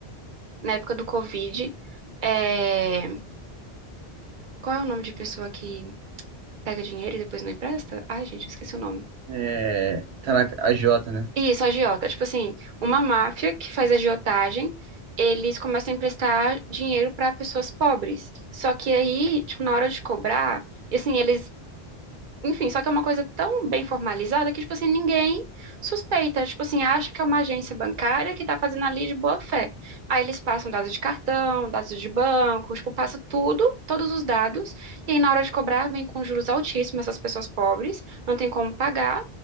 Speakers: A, on the right; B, on the right.
A: na época do Covid. É... Qual é o nome de pessoa que pega dinheiro e depois não empresta? Ai, gente, eu esqueci o nome.
B: É, caraca, a Jota, né?
A: Isso, agiota. Tipo assim, uma máfia que faz agiotagem, eles começam a emprestar dinheiro para pessoas pobres. Só que aí, tipo, na hora de cobrar, e assim, eles Enfim, só que é uma coisa tão bem formalizada que, tipo assim, ninguém suspeita. Tipo assim, acha que é uma agência bancária que tá fazendo ali de boa fé. Aí eles passam dados de cartão, dados de banco, tipo, passa tudo, todos os dados. E aí, na hora de cobrar, vem com juros altíssimos essas pessoas pobres, não tem como pagar.